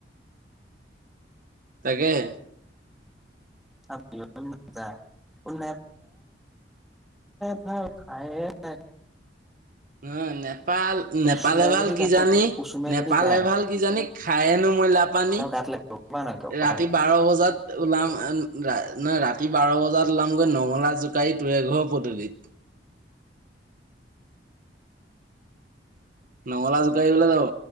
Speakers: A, on the right (about 50°); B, in the centre.
A: তাকেহে
B: <unintelligible> নাপালে ভাল পায় নে
A: ন নেপাল
B: কুচুমে
A: নেপালে ভাল
B: যদি
A: কিজানি
B: গায় কুচুমে
A: নেপাল
B: যদি গায়
A: এ ভাল কিজানি খায়েনো মই লাপানী
B: গাত লাগিব গম পাৱ নাই তই কথাটো
A: ৰাতি বাৰ বজাত ওলাম ন ৰাতি ৰাতি বাৰ বজাত ওলামগৈ নঙলা জোকাৰি তুৱেঘৰ পদূলিত নঙলা জোকাৰিবলে যাব